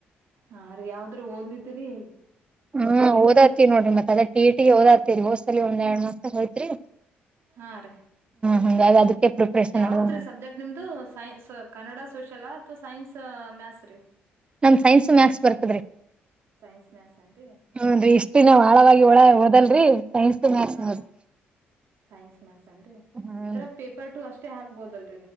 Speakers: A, on the right (about 65°); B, on the right (about 25°).
A: ಹಾ ರೀ ಯಾವ್ದ್ರೂ ಓದ್ಲತಿರಿ
B: ಹಾ ಓದಾತತಿ ನೋಡ್ರ ಮತ್ತ ಅದೇ ಟಿಇ ಟಿ ಓದ್ತತಿರಿ ಹೋದ ಸಲಿ ಒಂದ್ರಡ್ ಮಾಸರ ನಗ ಹೋತ್ರಿ
A: ಹಾ ರೀ
B: ಹಂಗಾಗಿ ಅದಕ್ಕೆ ಪ್ರಿಪ್ರೇಷನ್
A: ಯಾವದ್ರೀ
B: ನಡದದ ನೋಡ್ರಿ
A: ಸಬ್ಜೆಕ್ಟ್ ನಿಮ್ದು ಸೈ ಕನ್ನಡ ಸೋಷಲಾ ಅಥವಾ ಸೈನ್ಸ್ ಮ್ಯಾಥಸ್ ರೀ
B: ನಮ್ಮ ಸೈನ್ಸು ಮ್ಯಾಥಸ್ ಬರ್ತದ್ರೀ
A: ಸೈನ್ಸ್ ಮ್ಯಾಸ್ ಏನ್ರಿ
B: ಹನ್ರಿ ಇಷ್ಟ ದಿನ ಆಳವಾಗಿ ಹೊಳ ಓದಲ್ರಿ ಸೈನ್ಸ್ ಮ್ಯಾಥ್ಸ್
A: ಹಾ
B: ನೋಡ್ರಿ
A: ರೀ ಸೈನ್ಸ್ ಮ್ಯಾಥಸ್ ಅನ್ರಿ
B: ಹ್ಮ್
A: ಅಂದ್ರ ಪೇಪರ್ ಟು ಅಷ್ಟೇ ಹಾಕಬಹುದಲ್ರಿ